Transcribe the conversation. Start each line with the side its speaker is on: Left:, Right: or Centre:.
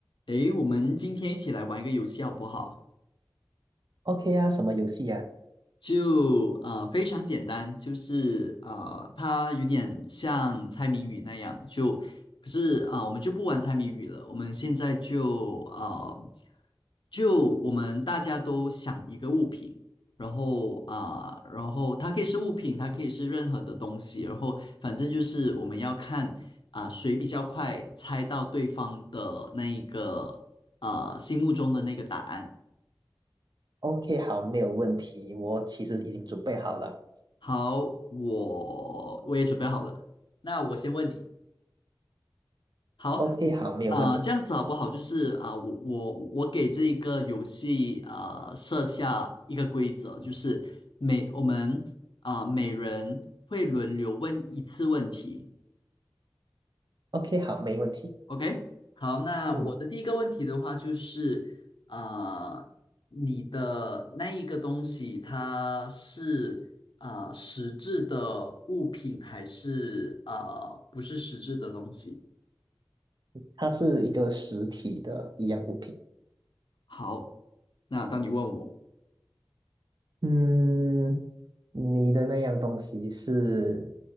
Left: 诶，我们今天一起来玩一个游戏好不好？
Right: OK 啊，什么游戏啊
Left: 就呃非常简单，就是呃它有点像猜谜语那样，就可是啊、呃我们就不玩猜谜语了，我们现在就啊，就我们大家都想一个物品，然后啊、然后它可以是物品，它可以是任何的东西，然后反正就是我们要看啊、谁比较快猜到对方的那一个呃心目中的那个答案。
Right: ？OK，好，没有问题。我其实已经准备好了。
Left: 好，我我也准备好了。那我先问你，好
Right: OK，好，没有问题。
Left: 啊、呃这样子好不好？就是啊、我我我给这一个游戏啊、呃设下一个规则，就是每我们啊、每人会轮流问一次问题，
Right: OK，好，没问题。
Left: OK，好，那嗯我的第一个问题的话就是，
Right: 嗯，
Left: 呃，你的那一个东西，它是啊呃实质的物品，还是啊呃不是实质的东西？
Right: 它是一个实体的一样物品。
Left: 好，那当你问我，
Right: 嗯，你的那样东西是